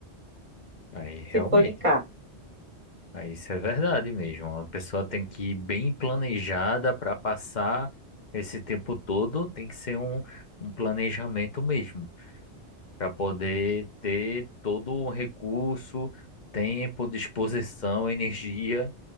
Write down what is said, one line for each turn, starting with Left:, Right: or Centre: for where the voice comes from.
Left: Aí,
Right: <laughs>
Left: realmente.
Right: se for de cá.
Left: Ah, Isso é verdade mesmo. A pessoa tem que ir bem planejada para passar esse tempo todo, tem que ser um, um planejamento mesmo, para poder ter todo o recurso, tempo, disposição, energia.